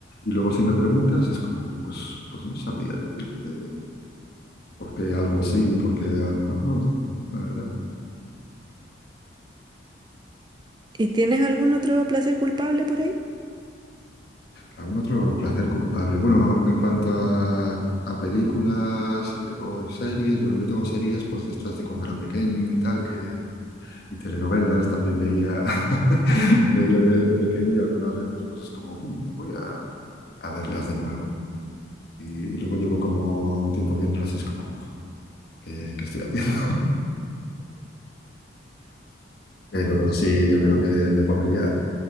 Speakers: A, on the left; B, on the right.
A: luego si me preguntas es como, pues, pues no sabría decirte porque algo sí, porque algo no, no, la verdad.
B: ¿Y tienes algún otro placer culpable por ahí?
A: ¿Algún otro placer culpable? Bueno, en cuanto a, a películas eh, o series, bueno, yo tengo series pues de estas de cuando era pequeño y tal, que, y telenovelas también veía, <laughs>
B: Mm.
A: veía de, de pequeño y algunas veces pues es como, "Mm, voy a, a verlas de nuevo. Y, luego llevo como un tiempo viéndolas y es como, uff, ¿qué, qué estoy haciendo? <laughs> Pero sí, yo creo que me pondría,